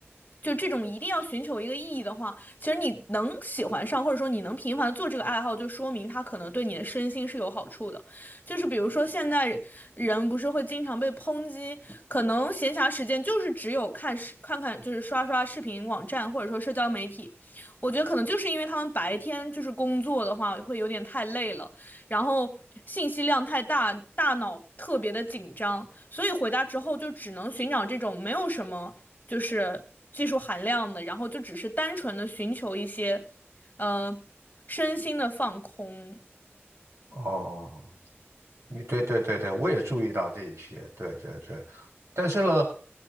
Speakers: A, on the left; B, on the right.
A: 就这种一定要寻求一个意义的话，其实你能喜欢上，或者说你能频繁地做这个爱好，就说明它可能对你的身心是有好处的。就是比如说，现在人不是会经常被抨击，可能闲暇时间就是只有看视看看，就是刷刷视频网站或者说社交媒体。我觉得可能就是因为他们白天就是工作的话会有点太累了，然后信息量太大，大脑特别的紧张，所以回家之后就只能寻找这种没有什么就是技术含量的，然后就只是单纯的寻求一些，呃，身心的放空。
B: 哦，你对对对对，我也注意到这一些，对对对。但是呢，